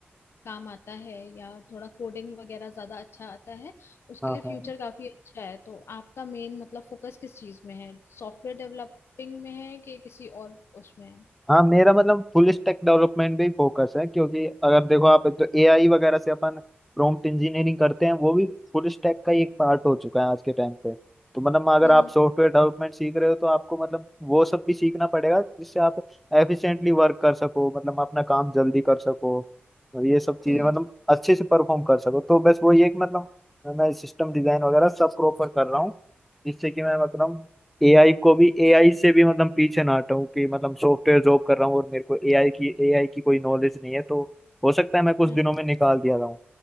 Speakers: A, on the left; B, in the centre.
A: काम आता है या थोड़ा कोडिंग वगैरह ज्यादा अच्छा आता है उसके
B: हाँ
A: लिए
B: हाँ
A: फ्यूचर काफी अच्छा है तो आपका मेन मतलब फोकस किस चीज में है सॉफ्टवेयर डेवलपिंग में है कि किसी और उसमें है
B: हाँ मेरा मतलब फुल स्टैक डेवलपमेंट भी फोकस है क्योंकि अगर देखो आप तो एआई वगैरह से अपन प्रॉम्प्ट इंजीनियरिंग करते हैं वो भी फुल स्टैक का ही एक पार्ट हो चुका है आज के टाइम पे तो मतलब अगर
A: हम्म
B: आप सॉफ्टवेयर डेवलपमेंट सीख रहे हो तो आपको मतलब वो सब भी सीखना पड़ेगा जिससे आप एफिशिएंटली वर्क कर सको मतलब अपना काम जल्दी कर सको और ये सब चीजें
A: हम्म
B: मतलब अच्छे से परफॉर्म कर सको तो बस वो ये कि मतलब मैं सिस्टम डिजाइन वगैरह सब प्रॉपर कर रहा हूँ जिससे कि मैं मतलब एआई को भी एआई से भी मतलब पीछे ना हटाऊं कि मतलब सॉफ्टवेयर जॉब कर रहा हूँ और मेरे को एआई की एआई की कोई नॉलेज नहीं है तो हो सकता है मैं कुछ
A: हाँ,
B: दिनों में निकाल दिया जाऊँ